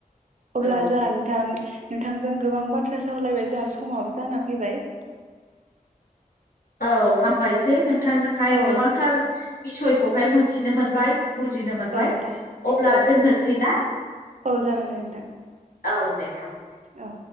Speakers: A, on the right; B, on the left.
A: अब्ला
B: औ
A: जों नोंथां नोंथांजों गोबां बाथ्रा सावलायबाय जोंहा समाबो जाना फैबाय।
B: औ हामबायसै नोंथांजोंहाय
A: औ
B: गोबांथार बिसयखौहाय मिथिनो मोनबाय। बुजिनो मोनबाय
A: औ नोंथां
B: अब्ला
A: औ
B: दोननोसै ना
A: औ जागोन दे नोंथां
B: औ दे हा
A: औ।